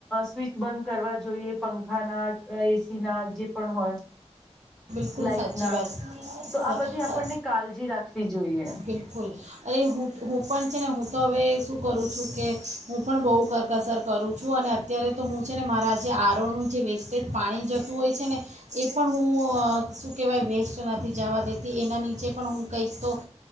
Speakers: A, in the centre; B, on the right.
A: સ્વિચ બંધ કરવા જોઈએ પંખાના એસીના જે પણ હોય.
B: બિલકુલ
A: લાાઈટના
B: સાચી વાત સ-
A: તો આ બધી આપણને કાળજી રાખવી જોઈએ.
B: બિલકુલ અરે હું હું પણ છે ને હું તો હવે શું કરું છું કે હું પણ બહુ કરકસર કરું છું અને અત્યારે તો હું છે ને મારા જે આરોનું જે વેસ્ટેજ પાણી જતું હોય છે ને એ પણ હું શું કહેવાય વેસ્ટ નથી જવા દેતી એના નીચે પણ હું કંઈક તો